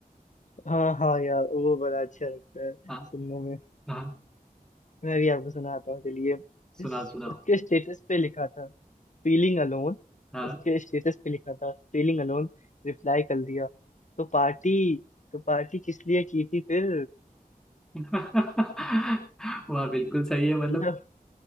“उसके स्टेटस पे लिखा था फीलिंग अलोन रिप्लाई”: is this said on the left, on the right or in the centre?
Left